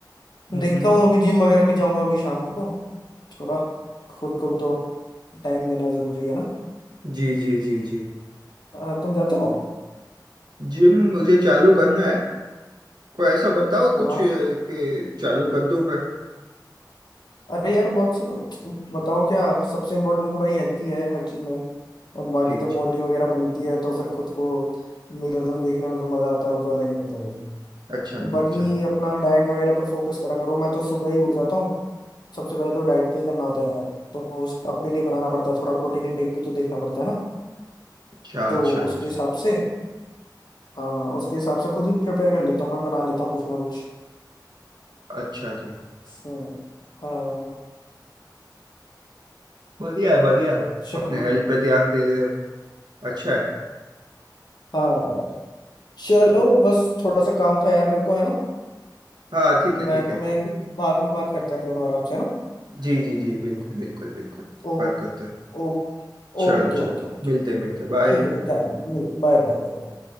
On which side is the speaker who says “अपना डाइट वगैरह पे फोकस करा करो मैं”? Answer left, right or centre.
Left